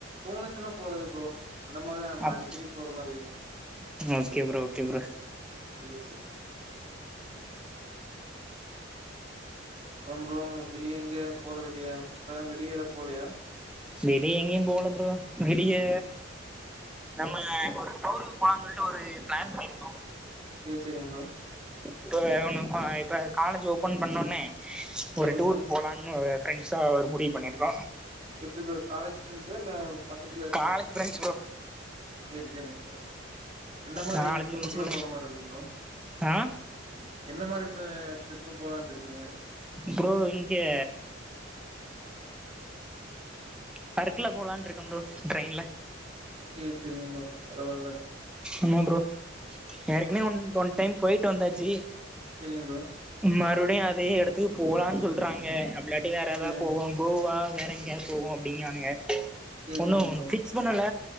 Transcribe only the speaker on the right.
தோணுச்சுன்னா போறது ப்ரோ அந்த மாரிதா நம்ம
அடிக்கடி போற மாரி இல்லிங்
சேர் சேரி ரொம்போ வெளிய எங்கியு போறதில்லையா இப்ப வெளியலா போலையா
சேர் சேரிங் ப்ரோ
சேரிங்க
ப்ரோ
எப்டி ப்ரோ காலேஜ் ஃப்ரெண்ட்ஸா இல்ல பக்கத்துல இருக்க
சேரி சேரி எந்த மாரி
டூருக்குலா
போற மார் இருக்கும் ப்ரோ
என்ன மாரி டூ ட்ரிப்பு போலான்ட்ருக்கீங்க
சே சேரிங்க ப்ரோ பரவால்ல
செரிங்க ப்ரோ
ப்ரோ சேரிங்க
ப்ரோ
சேரி
சேரிங்க
ப்ரோ